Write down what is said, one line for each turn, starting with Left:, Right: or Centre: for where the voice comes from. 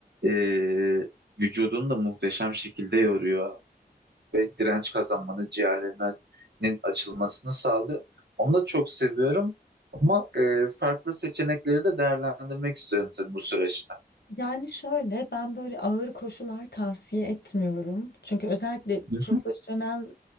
Right: e, vücudunu da muhteşem şekilde yoruyor ve direnç kazanmanı, ciğerlerinin açılmasını sağlıyor. Onu da çok seviyorum ama e, farklı seçenekleri de değerlendirmek istiyorum tabii bu süreçte.
Left: Yani şöyle ben böyle ağır koşular tavsiye etmiyorum. Çünkü özellikle
Right: Hı
Left: profesyonel
Right: hı.